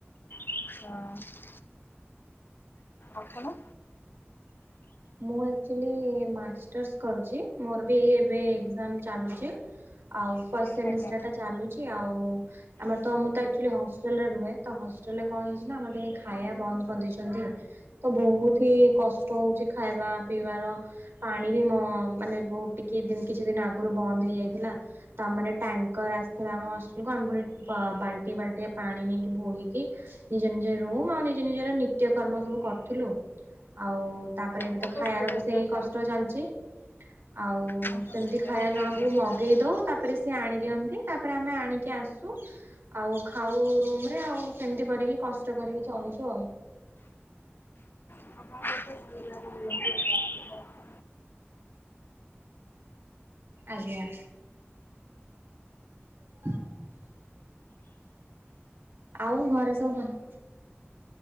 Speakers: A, on the left; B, on the right.
A: ହଁ। ଆପଣ?
B: ମୁଁ ଏକ୍ଟୁଆଲି ମାଷ୍ଟର୍ସ କରୁଛି। ମୋର ବି ଏ ଏବେ ଏକ୍ଜାମ ଚାଲୁଚି। ଆଉ ଫାଷ୍ଟ ସେମିଷ୍ଟର
A: ଆଜ୍ଞା।
B: ଟା ଚାଲୁଛି ଆଉ ଆମର ତ ମୁଁ ତ ଆକ୍ଚୁଆଲି ହଷ୍ଟେଲରେ ରୁହେ ତ ହଷ୍ଟେଲ ରେ କଣ ହେଇଛି ନା ଆମର ଟିକେ ଖାଇବା ବନ୍ଦ କରିଦେଇଛନ୍ତି ଆଉ। ତ ବହୁତି କଷ୍ଟ ହଉଚି ଖାଇବା ପିଇବାର ପାଣି ବି ମ ମାନେ ବହୁତ ଟିକେ ଦିନ କିଛି ଦିନ ଆଗରୁ ବନ୍ଦ ହେଇଯାଇଥିଲା। ତା, ମାନେେ ଟ୍ୟାଙ୍କର ଆସିଥିଲା ଆମ ହଷ୍ଟେଲକୁୁ ଆମେ ପୁଣି ପ ବାଲ୍ଟି ବାଲ୍ଟି ପାଣି ନେଇକି ବୋହିକି ନିଜ ନିଜ ରୁମ୍ ଆଉ ନିଜ ନିଜର ନିତ୍ୟକର୍ମ ସବୁ କରୁଥିଲୁ। ଆଉ ତା, ପରେ
A: ବହୁତ
B: ଏବେ ତ ଖାଇବାର
A: ଅସୁବିଧା
B: ବି ସେଇ
A: ତାହେଲେ
B: କଷ୍ଟ
A: ଆଉ।
B: ଚାଲିଛି ଆଉ
A: ବହୁତ
B: ସେମତି
A: ଅସୁବିଧା
B: ଖାଇବା
A: ହିଁ ପ୍ରୋବ୍ଲେମ୍
B: ଜଣ ମଗେଇ
A: ତାହେଲେ।
B: ଦଉ ତା, ପରେ ସି ଆଣି ଦିଅନ୍ତି। ତାପରେ ଆମେ ଆଣିକି ଆସୁ ଆଉ ଖାଉ ରୁମ ରେ ଆଉ ସେମିତି କରିକି କଷ୍ଟ କରିକି ଚଳୁଛୁ ଆଉ।
A: <unintelligible>
B: ଆଜ୍ଞା। <unintelligible> ଆଉ ଘରେ ସବୁ ଭଲ